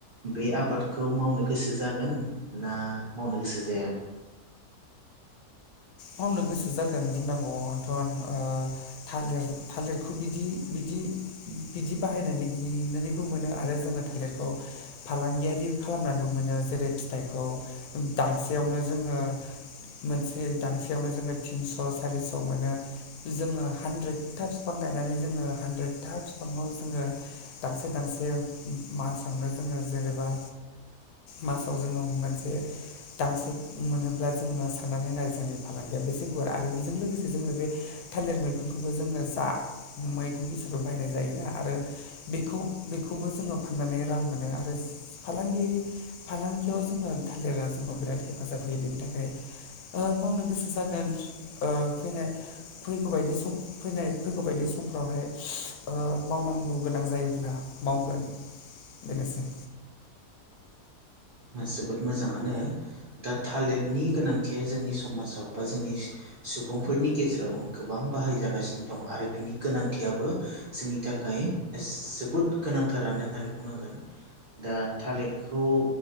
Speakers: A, on the right (about 55°); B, on the left (about 75°).
A: बे आबादखौ मावनो गोसो जागोन ना मावनो गोसो जाया?
B: मावनो गोसो जागोन बुंनांगौथ' ओ थालिर थालिरखौ बिदि बिदि। बिदि बाहायनानै गिनानैबो मोनो आरो जोङो थालिरखौ फालांगियारि खालामनानैबो मोनो जेरै फिथाइखौ दांसेयावनो जोङो मोनसे दांसेयावनो जोङो थिनस' सारिस' मोनो। जोङो हानद्रेदथा बिफां गायनानै जोङो हानद्रेदथा बिफाङाव जोङो दांसे दांसे मा सावनो जोङो जेनेबा मासाव जोङो मोनसे दांसि मोनोब्ला जोङो साननानै नाय जोंङो फालांगिया बेसे गुवार आरो बेजों लोगोसे जोङो बे थालिर मैखुनखौबो जोङो जा मैगं <unintelligible> बायनाय जायोना आरो बेखौ बेखौबो जोङो फाननानै रां मोनो आरो फालांगिरि फालांगियाव जोङो थालिरा जोंनाव बिराद हेफाजाब होयो। बेनि थाखाय ओ मावनो गोसो जागोन ओ फैनाय फैगौ बादि सम फैनाय फैगौ बायदि समफ्रावहाय ओ मावनांगौ गोनां जायोब्ला मावगोन बेनोसै।
A: जोबोद मोजाङानो दा थालिदनि गोनांथिया जोंनि समाजाव बा जोंनि सुबुंफोरनि गेजेराव गोबां बाहाय जागासिनो दं आरो बिनि गोनांथियाबो जोंनि थाखाय जोबोद गोनांथारानो होननानै बुंनांगोन दा टालिदखौ